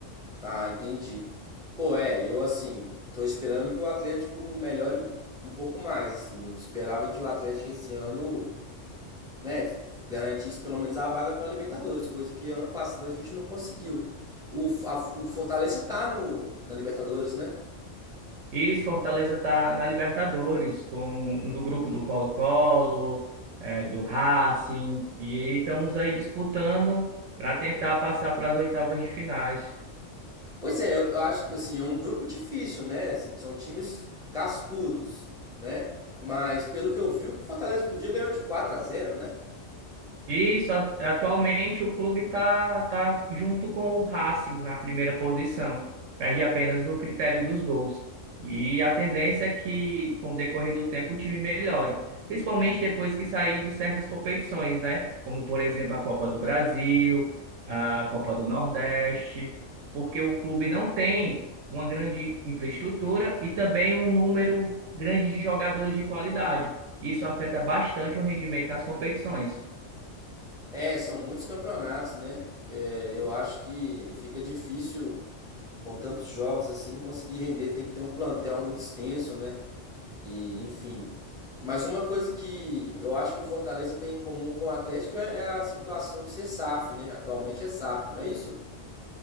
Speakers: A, in the centre; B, on the right.
A: Ah, entendi. Pô, é, eu assim, tô esperando que o Atlético melhore um pouco mais, assim. Eu esperava que o Atlético esse ano, né, garantisse pelo menos a vaga pra Libertadores, coisa que ano passado a gente não conseguiu. O, F- a- o Fortaleza tá no, na Libertadores, né?
B: E se Fortaleza está na Libertadores, com, no grupo do Colo-Colo, eh, do Racing, e estamos aí disputando para tentar passar para as oitavas de finais.
A: Pois é, eu, acho que assim, é um grupo difícil, né? Assim, são times cascudos, né? Mas pelo que eu vi, o Fortaleza outro dia ganhou de 4 a zero, né?
B: Isso, a- atualmente o clube está tá tá junto com o Racing na primeira posição, perde apenas no critério dos gols. E a tendência é que, com o decorrer do tempo, o time melhore, principalmente depois que sair de certas competições, né? Como, por exemplo, a Copa do Brasil, a Copa do Nordeste, porque o clube não tem uma grande infraestrutura e também um número grande de jogadores de qualidade. Isso afeta bastante o rendimento nas competições.
A: É, são muitos campeonatos, né? É, eu acho que fica difícil com tantos jogos assim conseguir render. Tem que ter um plantel muito extenso, né? E enfim. Mas uma coisa que eu acho que o Fortaleza tem em comum com o Atlético é é a situação de ser SAF, né? Atualmente é SAF, não é isso?